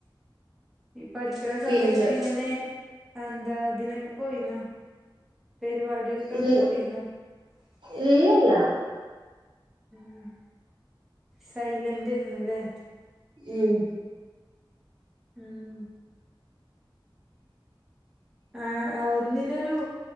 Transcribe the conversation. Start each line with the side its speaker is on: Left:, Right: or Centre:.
Centre: ഈ പഠിക്ണ സമയത്ത്
Right: പിന്നെ
Centre: എങ്ങനെ എന്താ തിനൊക്കെ പോയിന്നോ പെരിവാടിൾക്ക
Right: ഇത്
Centre: കൂടിന്ന
Right: ഇല്ലല്ല
Centre: ഉ സൈലൻ്റെര്ന്നു ല്ലേ
Right: ഉം
Centre: ഉം ആ ഒന്നിനൊരു